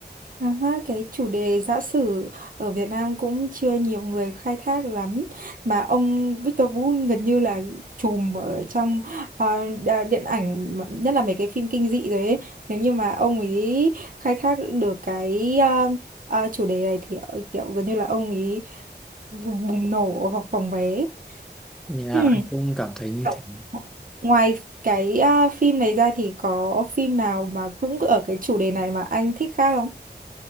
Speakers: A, on the right; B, in the centre.
A: À, ha, cái chủ đề giã sử ở Việt Nam cũng chưa nhiều người khai thác lắm mà ông Victor Vũ gần như là trùm ở trong ờ, đa- điện ảnh mà- nhất là mấy cái phim kinh dị rồi ấy nếu như mà ông ấy khai thác được cái ờ, ờ, chủ đề này thì ờ, kiểu gần như là ông ấy bùng nổ hoặc phòng vé
B: nhà
A: hmm.
B: anh cũng cảm thấy như
A: Kiểu,
B: thế
A: Ngoài cái ờ, phim này ra thì có phim nào mà cũng ở cái chủ đề này mà anh thích khác không?